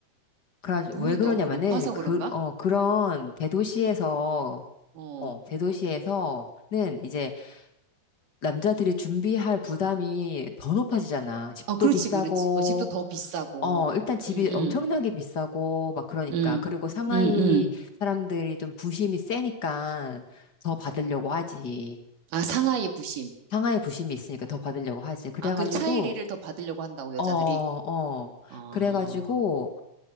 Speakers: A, on the left (about 35°); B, on the right (about 60°).
A: 그래가지고
B: 눈이
A: 왜 그러냐면은
B: 너무 높아서
A: 그,
B: 그런가?
A: 어, 그런 대도시에서
B: 어,
A: 어, 대도시에서는 이제 남자들이 준비할 부담이 더 높아지잖아. 집도
B: 아, 그렇지,
A: 비싸고
B: 그렇지. 어, 집도 더 비싸고.
A: 어, 일단 집이
B: 응, 응,
A: 엄청나게 비싸고 막 그러니까.
B: 응,
A: 그리고 상하이
B: 응, 응.
A: 사람들이 좀 부심이 세니까 더 받으려고 하지.
B: 아, 상하이 부심.
A: 상하이 부심이 있으니까 더 받으려고 하지. 그래가지고
B: 아, 그 차이리를 더 받으려고 한다고, 여자들이.
A: 어, 어.
B: 어,
A: 그래가지고,